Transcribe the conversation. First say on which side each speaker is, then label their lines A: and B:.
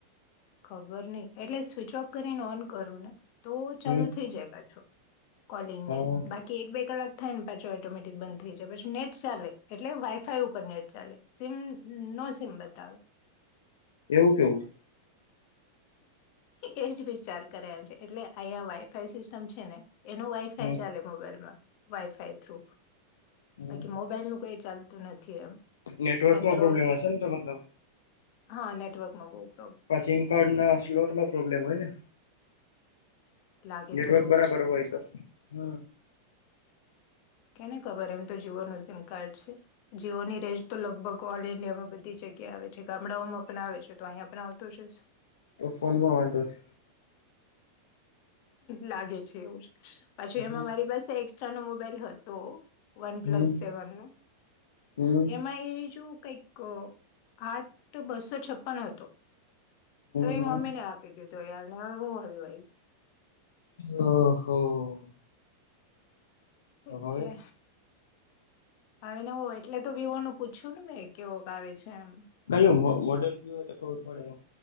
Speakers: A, on the left; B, on the left.
A: ખબર નહી એટલે સ્વચ ઓફ કરીને ઓન કરું ને તો ચાલુ
B: હમ
A: થઈ જાય પાછો કોલિંગ
B: હા
A: નહી બાકી એક બે કલાક થાય ને પાછો ઓટોમેટિક બંધ થઈ જાય પછી નેટ ચાલે એટલે વાઈફાઈ ઉપર નેટ ચાલે સીમ નો સિમ બતાવે
B: એવું કેવું
A: એજ વિચાર કરે એમ છે એટલે અહીયા વાઈફાઈ સિસ્ટમ છે ને એનો વાય
B: હમ
A: ચાલે મોબાઈલમાં વાઈફાઈ થ્રુ
B: હમ
A: બાકી મોબાઈલ નું કઈ ચાલ નથી એમ
B: નેટવર્કમાં
A: એન્ડ
B: પ્રોબ્લેમ હશે ને તો મતલબ
A: હા નેટવર્ક નો બહક
B: સિમ કાર્ડ ના સ્લોટમાં પ્રોબ્લેમ હોયને
A: લાગે
B: નેટવર્ક
A: તો એવું
B: બરાબર
A: જ
B: હોય તો હ
A: કેને ખબર એમ તો જીવો ન સિમ કાર્ડ છે જીઓની રેન્જ તો લગભગ ઓલ ઈન્ડિયામાં બધી જગ્યા આવે છે ગામડાઓમાં પણ આવે છે તો અહીિયાંયા પણ આવતું જ
B: તો ફોન માં વાંધો છે
A: લાગે છે એવું પાછું
B: હમ
A: એમાં મારી પાસે એકસ્ટ્રા નો મોબાઈલ હતો one
B: hmm
A: plus seven
B: hmm hmm
A: એમાં એજ કંઈક આઠ બસો છપ્પન હતો. તો
B: હમ
A: એ મમ્મી ને આપી દીધું યારને હવે હું હલ.
B: ઓહ.
A: એટલે.
B: હવે
A: આવેને હો એટલે તો વિ નું પૂછ્યું ને મેં કેવો ક આવે છે એમ.
B: કયું મોડેલ કયું હોય તો ખબર પડે એ